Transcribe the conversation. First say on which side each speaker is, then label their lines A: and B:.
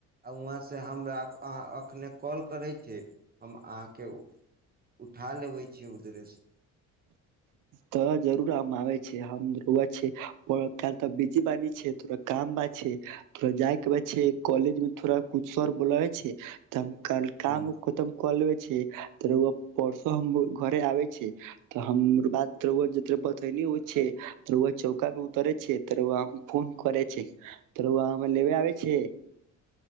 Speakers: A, on the right (about 30°); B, on the right (about 75°).
A: आ वहाँ से हमरा अखने कॉल करै छी हम आहा के उठा लेबे छी उघरे से
B: तऽ जरूर आम आ छै आ रव छै काल तऽ बीजी बनी छै तोड़ काम ब छै थोड़ा जाय के बाद छै कॉलेज मे थोड़ा कुछ सर बोला होइ छै तऽ काल काम
A: ह
B: खतम क छि त रउआ परसो हम घरे आबै छी तऽ बात रउआ जते बतेने रहै छे त चौका मे उतरे छै तर फोन करे छै तर रउआ हमरा लेमे आबै छै